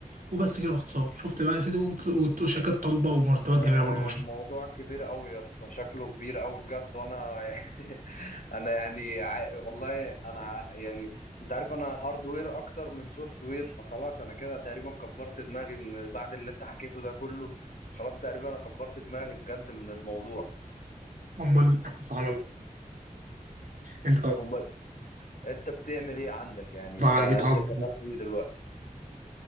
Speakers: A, on the right (about 80°); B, on the left (about 80°).
A: وبس كده باختصار شفت بقى يا سيدي وت- وشركات طالبه ومرتبات
B: آه،
A: جميله برضه ما شاء
B: الموضوع
A: الله
B: كبير قوي يا اسطى شكله كبير قوي بجد وانا <laughs> يعني انا يعني ع... والله انا ع- يعني انت عارف انا هاردوير اكتر من سوفت وير فخلاص انا كده تقريبا كبرت دماغي من بعد اللي انت حكيته ده كله خلاص تقريبا انا كبرت دماغي بجد من الموضوع
A: امال سبحان الله انت طبعا
B: امال انت بتعمل ايه عندك يعني انت
A: على
B: انت
A: جيت هاب
B: شغال في ايه دلوقتي